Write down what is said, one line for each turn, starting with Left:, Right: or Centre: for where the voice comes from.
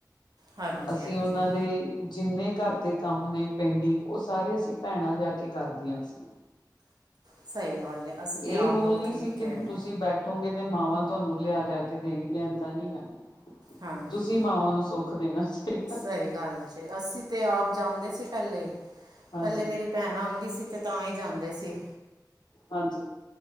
Right: ਹਾਂਜੀ
Left: ਅਸੀਂ
Right: ਹਾਂਜੀ
Left: ਉਹਨਾਂ ਦੇ ਜਿੰਨੇ ਘਰ ਦੇ ਕੰਮ ਨੇ ਪੇਡਿੰਗ ਉਹ ਸਾਰੇ ਅ ਭੈਣਾਂ ਜਾ ਕੇ ਕਰਦੀਆਂ ਸੀ।
Right: ਸਹੀ ਗੱਲ ਹੈ ਅਸੀਂ
Left: ਇਹ
Right: ਤਾਂ
Left: ਰੂਲ
Right: ਆਪ ਬਹੁਤ
Left: ਨਹੀਂ
Right: ਕੀਤੇ
Left: ਸੀ ਕਿ
Right: ਹੋਏ ਨੇ
Left: ਤੁਸੀਂ ਬੈਠੇ ਗੇ, ਤੇ ਮਾਵਾਂ ਤੁਹਾਨੂੰ ਲਿਆ ਲਿਆ ਕੇ ਦੇਣਗੀਆਂ ਏਦਾਂ ਨੀ ਆ
Right: ਹਾਂਜੀ
Left: ਤੁਸੀਂ ਮਾਵਾਂ ਨੂੰ ਸੁੱਖ, ਦੇਣਾ ਚਾਹੀਦਾ।
Right: ਸਹੀ, ਗੱਲ ਜੇ ਅਸੀਂ ਤੇ ਆਪ ਜਾਂਦੇ ਸੀ ਪਹਿਲੇ
Left: ਹਾਂਜੀ
Right: ਪਹਿਲੇ ਮੇਰੀ, ਭੈਣਾਂ ਆਂਦੀ ਸੀ। ਤੇ ਤਾਂ ਹੀ ਜਾਂਦੇ ਸੀ।
Left: ਹਾਂਜੀ,